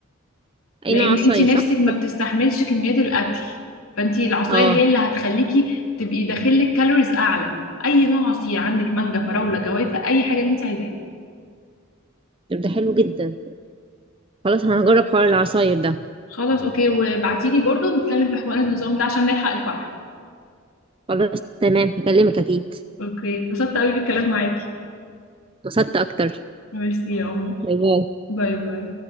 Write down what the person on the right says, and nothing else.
اي
نوع عصاير
صح
اه
طب ده حلو جدا خلاص انا هجرب حوار العصاير ده
خلاص تمام هكلمك اكيد
اتبسطت اكتر
باي باي